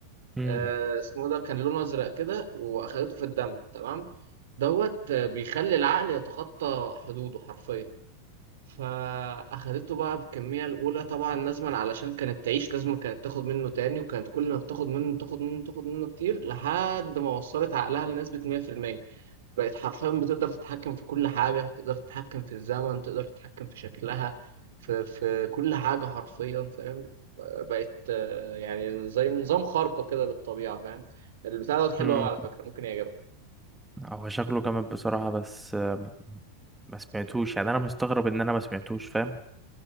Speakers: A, in the centre; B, on the right (about 85°).
A: امم
B: آه، اسمه ده كان لونه ازرق كده واخدته في الدم تمام دوت آه، بيخلي العقل يتخطى حدوده حرفيا فاخدته بقى بكمية الاولى طبعا لازما علشان كانت تعيش لازما كانت تاخد منه تاني وكانت كل ما بتاخد منه تاخد منه تاخد منه كتير لحد ما وصلت عقلها لنسبة 100% بقت حرفيا بتقدر تتحكم في كل حاجة تقدر تتحكم في الزمن تقدر تتحكم في شكلها في في كل حاجة حرفيا فاهم بقت آه، يعني زي نظام خارقة كده للطبيعة فاهم البتاع دوت حلو
A: امم
B: قوي على فكرة ممكن يعجبك
A: هو شكله جامد بصراحه بس آه، ما ما سمعتوش يعني انا مستغرب ان انا ما سمعتوش فاهم